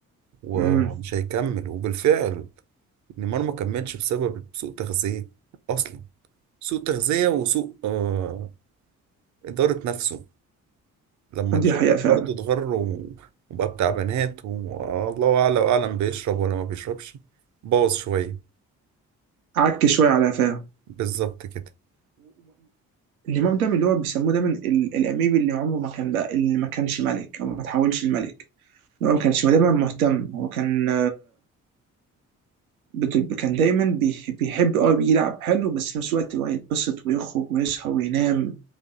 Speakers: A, on the right; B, on the right.
A: ومش
B: امم
A: هيكمل وبالفعل نيمار ما كملش بسبب سوء تغذية أصلا سوء تغذية وسوء آه إدارة نفسه لما
B: دي
A: اتشهر
B: حقيقة فعلا
A: برضه اتغر و- وبقى بتاع بنات والله أعلى وأعلم بيشرب ولا ما بيشربش باظ شوية
B: عك شوية على فاهم
A: بالظبط كده
B: النظام ده من اللي هو بيسموه دايما ال- الاميب اللي عمره ما كان بقى اللي ما كانش ملك او ما تحولش الملك هو ما كانش دايما مهتم هو كان بت- كان دايما بيح- بيحب اه يلعب حلو بس في نفس الوقت اللي هو يتبسط ويخرج ويصحى وينام